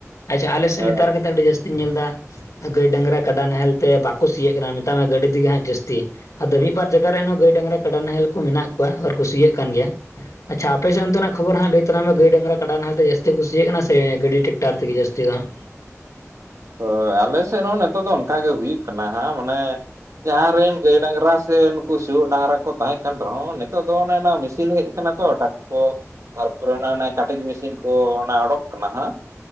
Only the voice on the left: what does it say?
ᱟᱪᱪᱷᱟ ᱟᱞᱮᱥᱮᱱ
ᱱᱮᱛᱟᱨ ᱠᱟᱛᱮ ᱟᱹᱰᱤ ᱡᱟᱹᱥ ᱛᱤᱧ ᱧᱮᱞ ᱮᱫᱟ ᱜᱟᱹᱭ ᱰᱟᱝᱨᱟ ᱠᱟᱰᱟ ᱱᱟᱦᱮᱞ ᱛᱮ ᱵᱟᱠᱚ ᱥᱤᱭᱚᱜ ᱠᱟᱱᱟ ᱢᱮᱛᱟᱜ ᱢᱮ ᱜᱟᱹᱰᱤ ᱛᱮᱜᱮ ᱦᱟᱸᱜ ᱡᱟᱹᱥᱛᱤ ᱟᱫᱚ ᱢᱤᱫ ᱵᱟᱨ ᱡᱟᱭᱜᱟ ᱨᱮᱱ ᱦᱚᱸᱚ ᱜᱟᱹᱭ ᱰᱟᱝᱨᱟ ᱠᱟᱰᱟ ᱱᱟᱦᱮᱞ ᱠᱚ ᱢᱮᱱᱟᱜ ᱠᱩᱣᱟ ᱟᱨ ᱠᱩ ᱥᱤᱭᱟᱜ ᱠᱟᱱ ᱜᱮᱭᱟ ᱟᱪᱪᱷᱟ ᱟᱯᱮᱥᱮ ᱚᱱᱛᱮᱱᱟᱜ ᱠᱷᱚᱵᱚᱨ ᱦᱟᱸᱜ ᱞᱟᱹᱭ ᱛᱟᱞᱟᱝ ᱢᱮ ᱜᱟᱹᱭ ᱰᱟᱝᱨᱟ ᱠᱟᱰᱟ ᱱᱟᱦᱮᱞᱛᱮ ᱡᱟᱹᱥᱛᱤ ᱠᱩ ᱥᱤᱭᱟᱜ ᱠᱟᱱᱟ ᱥᱮ ᱜᱟᱰᱤ ᱴᱮᱠᱴᱟᱨ ᱛᱮᱜᱮ ᱡᱟᱹᱥᱛᱤ ᱫᱚᱦᱟᱸᱜ